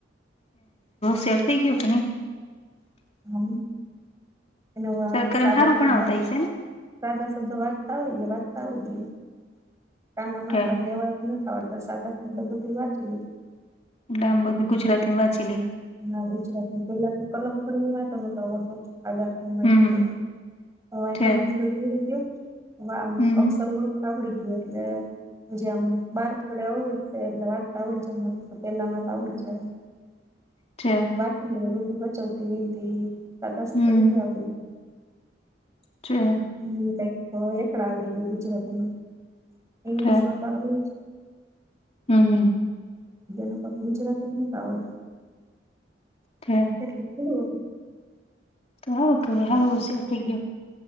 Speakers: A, on the left; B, on the right.
A: સેર થઈ ગયો કેની
B: હમ એનોવા
A: સરકારી
B: સાદા
A: સારું
B: સોધા
A: ભણાવતા હશે ને
B: સાદા શબદો વાચતા આવડી ગયા વાંચતા આવડી ગયા કાના માતર
A: છે
B: ને ન ખતર સાા બધું તો વાંચ લે
A: એટલે આમ બધું ગુજરાતી માં વાચી લઈ
B: હા ગુજરાત ની પેલા તો કલમ ખોડી ની વાતો નતો આવડતો આગા ખાંડમાં
A: હમ
B: જતો
A: હમ
B: તો હય
A: છે
B: કલમ ફોડી ઉડી ગયો
A: હમ હમ
B: અક્ષર ઓળખતા આવડી ગયો એટલે જે આમ માર્ક <unintelligible> એટલે વાંચતા આવડી જશે એટલે પેલા મા તો આવડી જહે
A: છે
B: વાકી રોઢી બચાવતી વનતી દાદા શબ્દ
A: હમ હમ
B: બધ આપડ
A: છે
B: હ ક એકળ આવડી ગયા ગુજરાતીમાં ઈંગ્લિશમાં
A: છે
B: ગુજરાતી ગ
A: હમ હમ
B: ન ગુજરાતી ન આવડ
A: છે
B: એટલેું
A: તોારું હારું શર થઈ ગયું